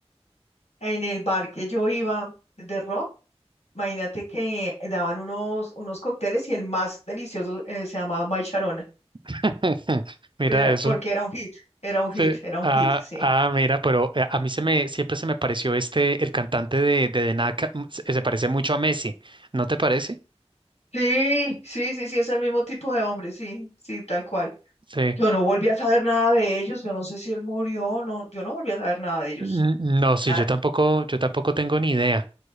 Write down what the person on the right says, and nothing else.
<laughs> Mira
eso.
Sí.
Ah,
ah, mira, pero eh, a mí se me, siempre se me pareció este, el cantante de, de, The Knack, mm, se se parece mucho a Messi, ¿no te parece?
Sí.
Mm, No, sí,
yo tampoco, yo tampoco tengo ni idea.